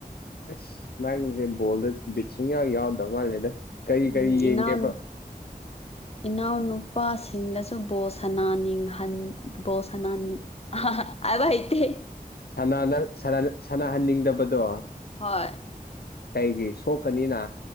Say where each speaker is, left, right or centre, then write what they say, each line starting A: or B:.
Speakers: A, on the left (about 80°); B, on the left (about 40°).
A: ꯑꯁ ꯅꯪꯖꯦ ꯕꯣꯜꯗ ꯕꯤꯠ ꯁꯨꯡꯌꯥꯎ ꯌꯥꯎꯗ ꯃꯥꯜꯂꯦꯗ ꯀꯔꯤ ꯀꯔꯤ
B: ꯎꯝ
A: ꯌꯦꯡꯒꯦꯕ
B: ꯏꯅꯥꯅꯨ ꯏꯅꯥꯎꯅꯨꯄꯥꯁꯤꯡꯅꯁꯨ ꯕꯣꯜ ꯁꯟꯅꯥ ꯅꯤꯡꯍꯟ ꯕꯣꯜ ꯁꯟꯅꯥꯅꯤ ꯍꯥꯏꯕ ꯍꯩꯇꯦ
A: ꯁꯥꯟꯅꯥ ꯅꯪ ꯁꯥꯅꯅ ꯁꯥꯟꯅꯥꯍꯟꯅꯤꯡꯗꯕꯗꯣ
B: ꯍꯣꯏ
A: ꯀꯩꯒꯤ ꯁꯣꯛꯀꯅꯤꯅ